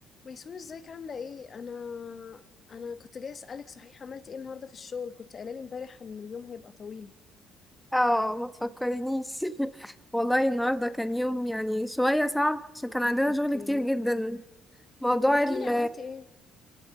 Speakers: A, on the left; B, in the centre.
A: ميسون ازيك عاملة ايه؟ انا انا كنت جاي اسألك صحيح عملت ايه النهاردة في الشغل كنت قايلة لي امبارح ان اليوم هيبقى طويل
B: اه ما تفكرنيش <laughs> والله النهارده كان يوم يعني شويه صعب عشان كان عندنا
A: اوكي
B: شغل كتير جدا موضوع
A: طب احكي
B: ال
A: لي عملت ايه؟